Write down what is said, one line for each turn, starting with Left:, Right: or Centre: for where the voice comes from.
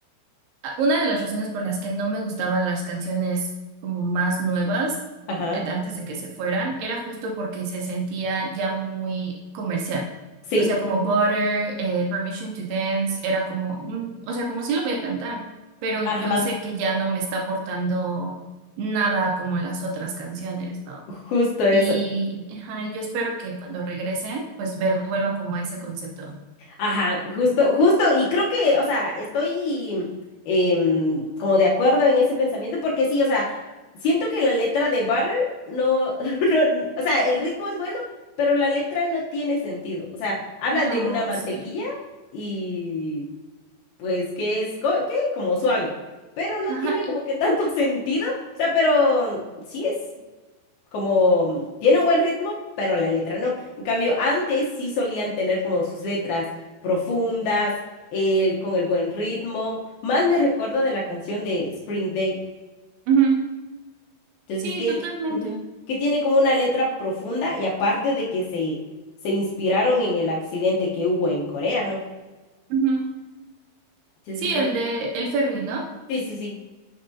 Right: a- Una de las razones por las que no me gustaban las canciones como más nuevas,
Left: Ajá.
Right: eh, de antes de que se fueran, era justo porque se sentía ya muy comercial.
Left: Sí.
Right: O sea, como Butter, eh, Permission to Dance, era como, mm, o sea, como sí lo voy a cantar, pero
Left: Ajá.
Right: yo sé que ya no me está aportando nada como las otras canciones, ¿no?
Left: Justo eso.
Right: Y ajá, y yo espero que cuando regresen, pues vel- vuelvan como a ese concepto.
Left: Ajá, justo, justo, y creo que, o sea, estoy em, como de acuerdo en ese pensamiento, porque sí, o sea, siento que la letra de Butter no, <laughs> no, o sea, el ritmo es bueno, pero la letra no tiene sentido. O sea, habla
Right: No,
Left: de una mantequilla
Right: sí.
Left: y pues que es, co- que como suave, pero no
Right: Ajá.
Left: tiene
Right: eh,
Left: como que tanto <laughs> sentido. O sea, pero sí es como tiene un buen ritmo, pero la letra no. En cambio, antes sí solían tener como sus letras profundas, eh, con el buen ritmo. Más me recuerda de la canción de Spring Day.
Right: ujú.
Left: Entonces,
Right: Sí,
Left: que,
Right: totalmente.
Left: ujú, que tiene como una letra profunda y aparte de que se, se inspiraron en el accidente que hubo en Corea, ¿no?
Right: Ujú.
Left: Entonces
Right: Sí,
Left: creo
Right: el
Left: que...
Right: de el ferry, ¿no?
Left: Sí, sí, sí.